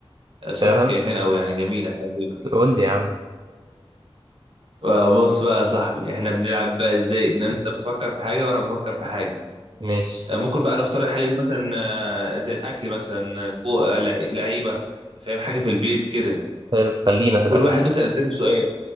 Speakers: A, on the right; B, on the right.
A: الصراحه
B: فعلا
A: مكيفين قوي يعني جميله هتعجبك
B: قول لي يا عم
A: آه، بص بقى يا صاحبي احنا بنلعب بقى ازاي ان انت بتفكر في حاجه وانا بفكر في حاجه
B: ماشي
A: آه، ممكن بقى نختار الحاجه دي مثلا آه، زي الاكل مثلا آه، كو- آه، لع- لعيبه فاهم حاجه في البيت كده
B: حلو خلينا
A: وكل
B: في الاكل
A: واحد بيسأل التاني سؤال